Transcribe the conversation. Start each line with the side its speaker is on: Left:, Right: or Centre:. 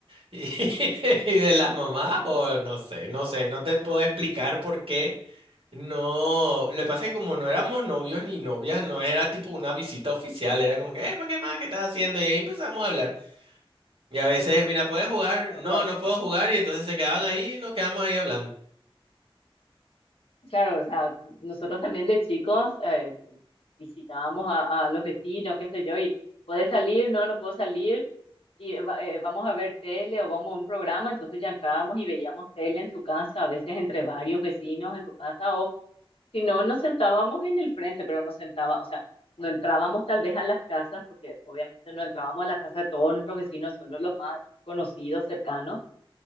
Right: y, <laughs> y de las mamás o no sé, no sé, no te puedo explicar por qué. No, lo que pasa es que como no éramos novios ni novias, no era tipo una visita oficial, era como que, eh, ¿para qué más? ¿Qué estás haciendo? Y ahí empezamos a hablar. Y a veces, mira, ¿puedes jugar? No,
Left: bueno,
Right: no puedo jugar. Y entonces se quedaban ahí y nos quedamos ahí hablando.
Left: claro, o sea, nosotros también de chicos eh, visitábamos a, a los vecinos, qué sé yo, y ¿puedes salir? No, no puedo salir y va- eh, vamos a ver tele o vamos a un programa, entonces ya entrábamos y veíamos tele en su casa, a veces entre varios vecinos en su casa, o si no, nos sentábamos en el frente, pero nos sentaba, o sea, no entrábamos tal vez a las casas, porque obviamente no entrábamos a la casa de todos nuestros vecinos, solo los más conocidos, cercanos,